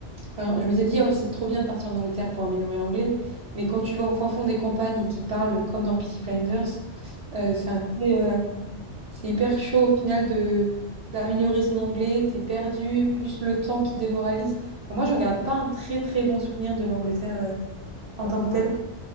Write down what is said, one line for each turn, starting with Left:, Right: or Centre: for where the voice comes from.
Right: enfin, je m'étais dit, oh, c'est trop bien de partir en Angleterre pour améliorer l'anglais. Mais
Left: Ouais.
Right: quand tu vas au fin fond des campagnes et qu'ils parlent comme dans Peaky Blinders, euh, c'est un peu. euh, c'est hyper chaud au final de d'améliorer son anglais, t'es perdu, plus le temps qui démoralise. Bon, moi, je ne garde pas un très très bon souvenir de l'Angleterre euh, en
Left: Ah
Right: tant que telle.
Left: ouais.